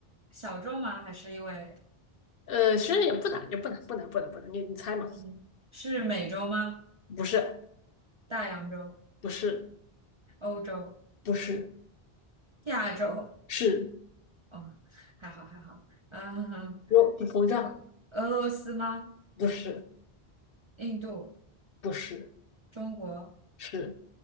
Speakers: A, on the right; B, on the left.
A: 小众吗？还是因为
B: 呃，其实也不难，也不难，不难，不难，不难。你你猜嘛？
A: 嗯，是美洲吗？
B: 不是，
A: 大洋洲、
B: 不是，
A: 欧洲、
B: 不是，
A: 亚洲？
B: 是
A: 哦，还好还好，<laughs> 嗯，
B: 有膨胀？
A: 俄俄罗斯吗？
B: 不是，
A: 印度、
B: 不是，
A: 中国，
B: 是